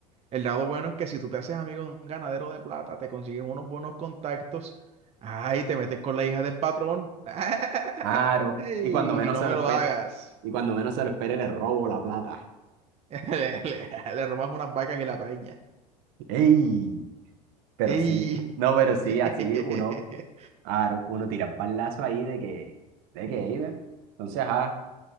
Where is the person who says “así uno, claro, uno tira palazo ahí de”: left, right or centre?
Right